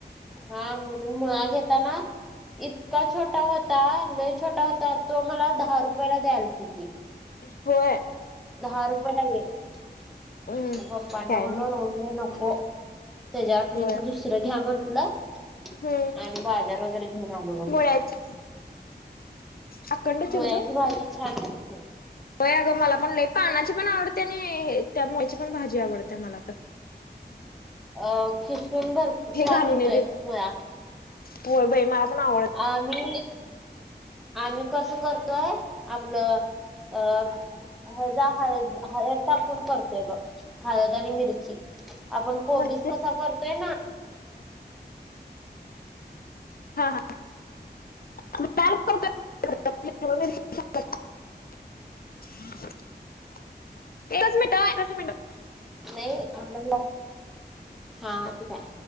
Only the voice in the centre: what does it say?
हा म्हणून मुळा घेताना इतका छोटा होता लाई छोटा होता तो मला दहा रुपयाला द्यालती ती.
दहा रुपय ला एक,
मग पप्पांना
म्हटलो
रांहुंदे नको. तेच्या वाटणीच
दुसरं घ्या म्हंटल आणि
बाजार वगैरे- घेऊन आलो बघ
मुळ्याची भाजी छान लागते.
अ खिसून भर छान
होतोय
मुळा.
आम्ही, आम्ही कसं करतोय आपलं- अ हळद- हळद हळद टाकून करतोय बघ हळद आणि मिरची आपण कोबीस
कसा करतोय ना
नाही आपल्याला. हा ते काय